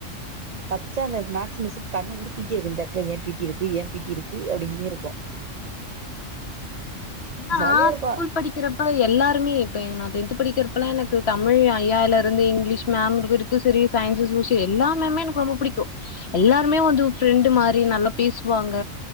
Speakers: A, on the right (about 60°); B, on the left (about 50°).
A: வச்சா இந்த மேக்ஸ் மிஸ் கண்ணு உருத்திட்டே இருக்கு இந்த இடத்துல ஏன் பீ டி இருக்கு ஏன் பீ டி இருக்கு அப்டின்னே இருக்கு
B: நா
A: ஜாலியா இருக்கு
B: ஸ்கூல் படிக்கிறப்ப எல்லாருமே இப்ப நா டென்த் படிக்கிறப்பல்லா எனக்கு தமிழ் ஐயாயில இருந்து இங்கிலீஷ் மேம் இரு ந்து சயின்ஸ் சோசியல் எல்லா மேமே எனக்கு ரொம்ப புடிக்கு எல்லாருமே வந்து ஃப்ரெண்டு மாரி நல்லா பேசுவாங்க